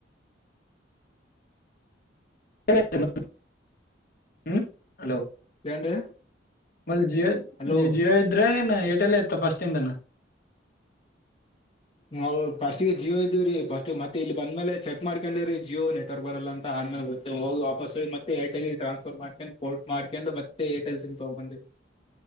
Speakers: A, on the left; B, on the left.
A: <unintelligible> ಹ್ಮ್ ಹಲೋ
B: ಏನ್ರೀ
A: ಮೊದಲ್ ಜಿಯೋ
B: ಹಲೋ
A: ಜಿಯೋ ಇದ್ರೆ ಏನ ಏರ್ಟೆಲ್ ಇತ್ತ ಫಸ್ಟಯಿಂದನ
B: ನಾವು ಫಸ್ಟಗೆ ಜಿಯೋ ಇದ್ದವ ರೀ ಪಸ್ಟ್ ಮತ್ತೆ ಇಲ್ಲಿ ಬಂದ ಮೇಲೆ ಚೆಕ್ ಮಾಡ್ಕೊಂಡ್ರಿ ರೀ ಜಿಯೋ ನೆಟ್ವರ್ಕ್ ಬರಲ್ಲ ಅಂತ ಆದ್ಮೇಲೆ ಗೋ ಹೋಗಿ ವಾಪಸ್ ಮತ್ತೆ ಎರ್ಟೆಲ್ ಟ್ರಾನ್ಸ್ಫರ್ ಮಾಡ್ಕೊಂಡು ಫೋರ್ಟ್ ಮಾಡ್ಕೊಂಡ ಮತೇ ಏರ್ಟೆಲ್ ಸಿಮ್ ತಗೊಂಡ್ ಬಂದೇರೀ